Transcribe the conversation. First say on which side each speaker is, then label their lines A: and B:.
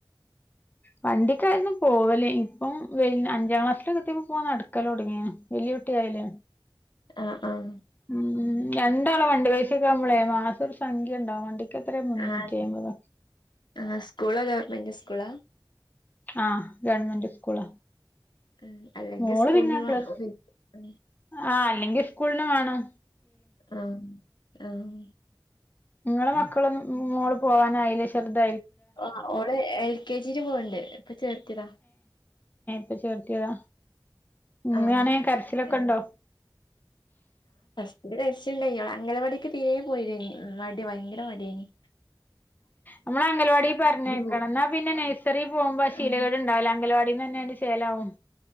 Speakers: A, on the left (about 20°); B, on the left (about 75°).
A: വണ്ടിക്കായിര്ന്നു പോവല് ഇപ്പം വെയ് അഞ്ചാം ക്ലാസ്സിലൊക്കെ എത്ത്യേപ്പോ നട്ക്കലൊട്ങ്ങീണ്. വല്ല്യേ കുട്ടി ആയിലെ
B: ആഹ് ആഹ്
A: മ് രണ്ടാളെ വണ്ടി പൈസെക്കെ ആകുമ്പളേ മാസം ഒരു സംഖ്യണ്ടാവും വണ്ടിക്ക് എത്രേ മുന്നൂറ്റി
B: ആഹ്
A: അയ്മ്പതോ
B: ആഹ് സ്കൂളാ ഗവർമെന്റ് സ്കൂളാ
A: ആഹ് ഗവണ്മെന്റ് സ്കൂളാ
B: ഉം അല്ലെങ്കി
A: മോള്
B: സ്കൂളിന്
A: പിന്നെ
B: വേണം
A: പ്ലസ്
B: ഉം.
A: ആഹ് അല്ലെങ്കി സ്കൂൾന് വാണം.
B: ആഹ് ആഹ്
A: ങ്ങളെ മക്കളൊന്നും
B: ഉം.
A: മോള് പോവാനായിലെ ചെർടത്
B: ആഹ് ഓള് എൽ കെ ജില് പോണ് ണ്ട് ഇപ്പ ചേർത്തിതാ
A: പ്പ ചേർത്ത്യേതാ ഉമ്മിയാണ്
B: ആഹ്
A: കരച്ചിലൊക്കെണ്ടോ
B: ഏഹ് ഇണ്ട് കര്ച്ചില്ണ്ടായിര്ന്നു അംഗലവാടിക്ക് തീരേ പോയിലേയ്നി മടി ഭയങ്കര മട്യേയ്നി
A: ഞമ്മള് അംഗൽവാടില് പറഞ്ഞയ്ക്കണം
B: പോ
A: ന്നാ പിന്നെ നഴ്സറിൽ പോകുമ്പോ ആ ശീലകേട്ണ്ടാവൂല
B: ആഹ്
A: അങ്കവാ തന്നെന്നണ്ട് ശേലാവും.